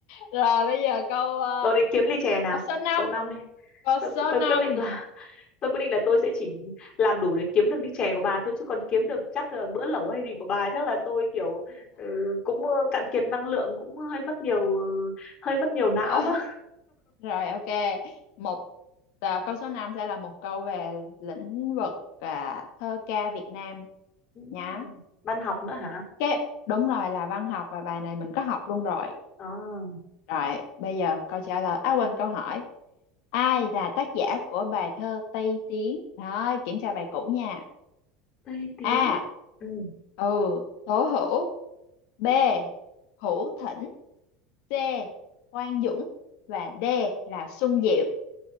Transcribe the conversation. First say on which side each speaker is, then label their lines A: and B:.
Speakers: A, on the left; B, on the left.
A: rồi bây giờ câu ờ,
B: Tôi đấy kiếm ly chè nào
A: câu số năm
B: Cho năm này
A: câu
B: tôi,
A: số
B: tôi
A: năm
B: quyết định là Tôi quyết định là tôi sẽ chỉ Làm đủ để kiếm được ly chè của bà thôi Chứ còn kiếm được chắc là bữa lẩu hay gì của bà Chắc là tôi kiểu ừ, Cũng ờ, cạn kiệt năng lượng Cũng hơi mất nhiều ờ, Hơi mất nhiều não
A: <laughs>
B: quá
A: Rồi ok, một à, câu số 5 sẽ là một câu về lĩnh vực à, thơ ca Việt Nam
B: ừ.
A: nhá.
B: Văn học nữa hả
A: Cái đúng rồi là văn học và bài này mình có học luôn rồi.
B: à,
A: Rồi, bây giờ câu trả lời à quên câu hỏi. Ai là tác giả của bài thơ Tây Tiến? Đó, kiểm tra bài cũ nha.
B: Tây Tiến
A: A.
B: ừ.
A: Ừ, Tố Hữu. B. Hữu Thỉnh. C. Quang Dũng và D là Xuân Diệu.